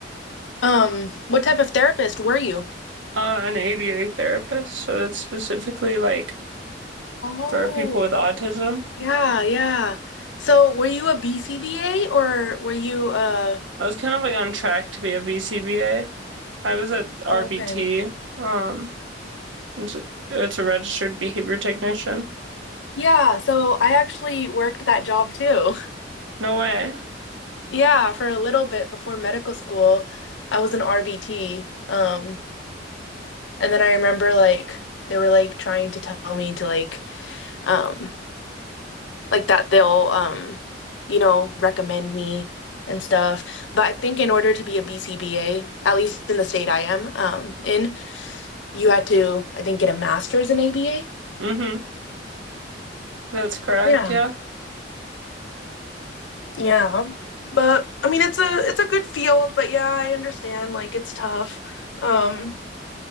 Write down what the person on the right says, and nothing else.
Uh, an ABA therapist, so it's specifically like
for people with autism.
I was kind of like on track to be a BCBA. I was at RBT.
Um, it's a, it's a registered behavior technician.
No way.
Mm-hmm. That's correct.
Yeah.